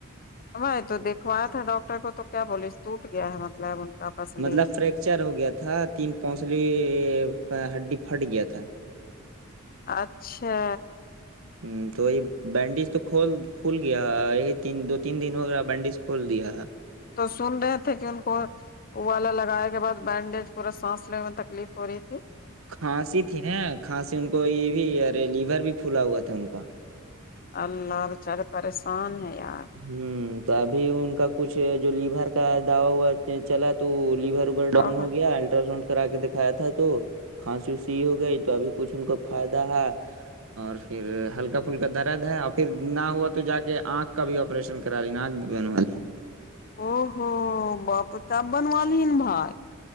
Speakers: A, on the left (about 45°); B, on the right (about 70°).
A: بھائی تو دیکھوایا تھا ڈاکٹر کو تو کیا بولے اس ٹوٹ گیا ہے مطلب کا پسلی
B: مطلب فریکچر ہو گیا تھا تین پونسلی ہڈی پھٹ گیا تھا
A: اچھا
B: ہوں تو یہ بینڈیج تو کھول کھول گیا یہی تین دو تین دن ہو گا بینڈیج کھول دیا
A: تو سن رہے تھے کہ ان کو او والا لگائے کے بعد بینڈیج پورا سانس لینے تکلیف ہو رہی تھی
B: کھانسی تھی نا کھانسی ان کو یہ بھی ارے لیور بھی پھلا ہوا تھا ان کا
A: اماں بچارے پریشان ہے یار
B: ہوں تو ابھی ان کا کچھ جو لیور کا دوا چلا تو لیور پر ڈاؤن
A: او
B: ہو گیا الٹراساؤنڈ کرا کے دکھایا تھا تو کھانسی وسی ہو گئی تو ابھی کچھ ان کو فائدہ ہے اور پھر ہلکا پھلکا درد ہے اور پھر نہ ہوا تو جا کے آنکھ کا بھی آپریشن کرا لین عینک بھی بنوا لی
A: او ہو واں پہ تب بنوا لیا بھائی